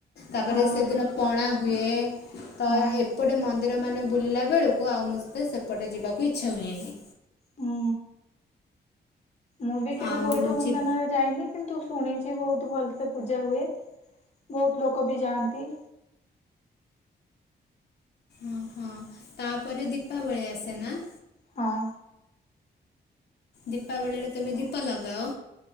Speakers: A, on the left; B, on the left.
A: ତାପରେ
B: ହଁ
A: ସେଦିନ ପଣା ହୁଏ ତ
B: ହଁ
A: ଏପଟେ ମନ୍ଦିର ମାନେ ବୁଲିଲା ବେଳକୁ ଆଉ ମସ୍ତେ ସେପଟେ ଯିବାକୁ ଇ ଇଛା ହୁଏନି
B: ହୁଁ ମୁଁ ବି କେବେ
A: ଆଉ
B: ବୋଇଦ
A: ହେଉଛି
B: ମନ୍ଦାଣରେ ଯାଇନି କିନ୍ତୁ ଶୁଣିଛି ବହୁତ ଭଲ ସେ ପୂଜା ହୁଏ। ବହୁତ ଲୋକ ବି ଯାଆନ୍ତି।
A: ଅ ହଁ ତାପରେ ଦୀପାବଳି ଆସେ ନା
B: ହଁ।
A: ଦୀପାବଳିରେ ତମେ ଦୀପ ଲଗାଅ